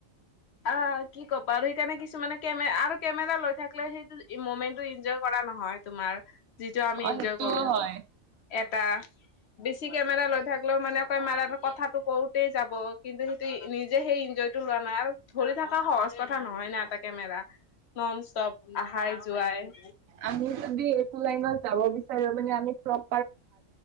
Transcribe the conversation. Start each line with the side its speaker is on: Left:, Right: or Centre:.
Left: অ, কি ক'বা আৰু সেইকাৰণে কিছু মানে কেমে আৰু কেমেৰা লৈ থাক্লে সেইটো মমেন্টটো ইন্জয় কৰা নহয় তোমাৰ যিটো আমি
Right: অ
Left: ইন্জয়
Right: সেইটোও
Left: কৰো।
Right: হয়
Left: এটা বেছি কেমেৰা লৈ থাক্লেও মানে কেমাৰাৰ কথাটো কওঁতেই যাব, কিন্তু সেই ত নিজে সেই ইঞ্জয়টো লোৱা নাই আৰু ধৰি থকা সহজ কথা নহয় না এটা কেমেৰা, নন ষ্টপ আহাই- যোৱাই।
Right: আমি যদি এইটো লাইনত যাব বিচাৰো মানে আমি প্ৰপ